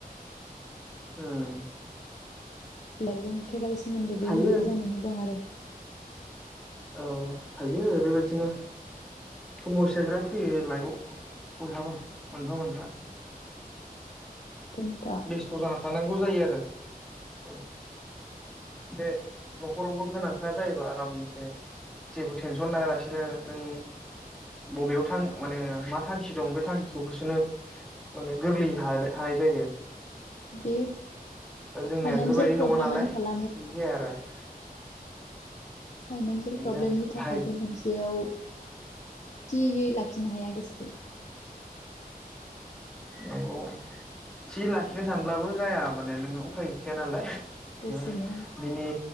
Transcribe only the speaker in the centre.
ओम
थायो
औ थायो बेबायदिनो समयसा बिराद फैयो लाइफआव बयहाबा मोनफा मोनफा।
बेस्थ' जाना था नांगौ जायो आरो ओम। एसे न'खरावबो गोनांखा जायोबा आरामसे जेबो टेनसन लायालासेनो नों बबेयाव थां माने मा थांखि दं बे थांखिखौ होसोनो माने गोरलै हानो हानाय जायो।
दा जोंनिया
बेफोरबायदि
नङा नालाय
बिदि जाया आरो। <inaudible>
बेनो
बाहाय
नंगौ थि लाखिनो सानब्लाबो जाया माने नोङो उफाय गैखाया नालाय। होम
बिनि